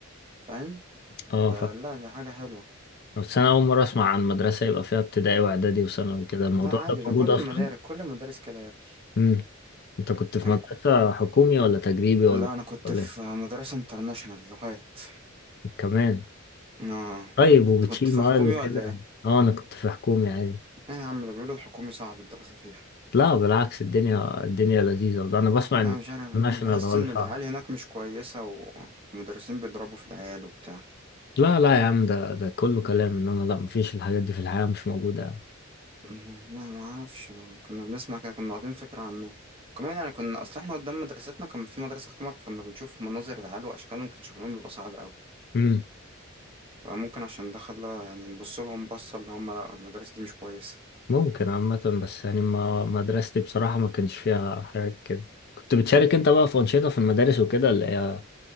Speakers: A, on the right (about 25°); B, on the left (about 50°).
A: فاهم
B: اه
A: فلا
B: فاهم
A: دي حاجه حلوه
B: بس انا اول مرة اسمع عن مدرسة يبقى فيها ابتدائي واعدادي وثانوي كده الموضوع
A: لا عادي
B: ده
A: ده
B: موجود
A: كل
B: اصلا
A: المدارس كل المدارس كده يا ابني
B: امم انت كنت في
A: يعني
B: مدرسة
A: ك-
B: حكومي ولا تجريبي ولا
A: لا انا كنت
B: ولا
A: في
B: إيه؟
A: مدرسه انترناشونال لغات
B: كمان
A: اه انت
B: طيب وبتشيل
A: كنت في
B: مواد
A: حكومي
B: وكده
A: ولا ايه
B: اه انا كنت في حكومي عادي
A: ايه يا عم ده بيقولوا الحكومي صعب الدراسه فيها
B: لا بالعكس الدنيا الدنيا لذيذة وده انا بسمع
A: لا
B: ان
A: مش عارف
B: الناشونال
A: بحس
B: هو اللي
A: ان
B: فعلا
A: العيال هناك مش كويسه و- والمدرسين بيضربوا في العيال وبتاع
B: لا لا يا عم ده ده كله كلام ان انا لا مفيش الحاجات دي في الحياة مش موجودة يعني.
A: مم، لا ما اعرفش ما كنا بنسمع كده كنا واخدين فكرة عنه كمان يعني كنا اصل احنا قدام مدرستنا كان في مدرسة حكومة كنا بنشوف مناظر العيال واشكالهم كان شكلهم بيبقى صعب قوي
B: امم
A: فممكن عشان ده خلى يعني نبص لهم بصة اللي هم لا المدرسة دي مش كويسة
B: ممكن عامة بس يعني ما مدرستي بصراحة ما كانش فيها حاجات كده كنت بتشارك انت بقى في أنشطة في المدارس وكده اللي هي